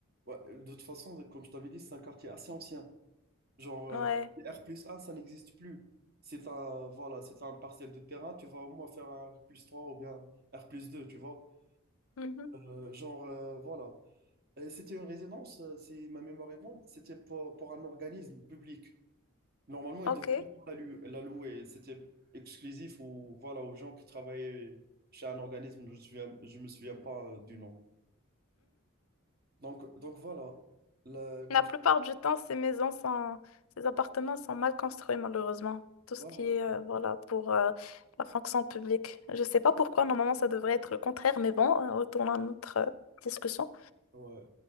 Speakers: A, on the right; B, on the left.
A: Ouais, de toute façon, comme je t'avais dit, c'est un quartier assez ancien. Genre,
B: Ouais.
A: euh, R plus un ça n'existe plus. C'est un, voilà, c'est un partiel de terrain, tu vas au moins faire un R plus 3 ou bien R plus 2 tu vois.
B: Mhm.
A: Euh, genre, euh, voilà. Euh, C'était une résidence, euh, si ma mémoire est bonne, c'était pour, pour un organisme public. Normalement,
B: Ok.
A: ils devaient pas la lu- la louer. C'était exclusif aux, voilà, aux gens qui travaillaient chez un organisme. Je ne me souviens, je me souviens pas euh, du nom. Donc, donc voilà. Là, comme
B: La
A: je-
B: plupart du temps, ces maisons sont, ces appartements sont mal construits, malheureusement. Tout ce
A: ouais,
B: qui
A: ouais,
B: est, euh, voilà, pour euh, la fonction publique. Je sais pas pourquoi, normalement, ça devrait être le contraire, mais bon, euh, retournons à notre euh, discussion.
A: ouais.